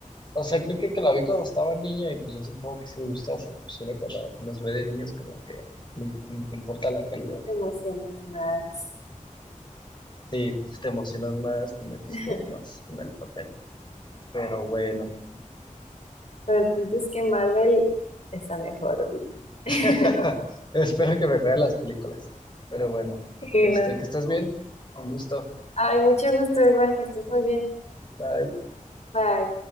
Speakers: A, on the left; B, on the left.
A: O sea, creo que, que la vi cuando estaba niña y pues yo supongo que sí me gustó, pero pues uno cuando los ve de niños como que ni, ni te importa la calidad.
B: Te emocionas más.
A: Sí, pues, te emocionas más, te metes
B: <laughs>
A: como más en el papel. Pero bueno,
B: Pero el punto es que Marvel está mejor, vi. <laughs>
A: <laughs> espero que me vean las películas. Pero bueno,
B: Sí,
A: este,
B: no.
A: que estés bien, un gusto.
B: Ay, mucho gusto, igual que estés muy bien.
A: Bye.
B: Bye.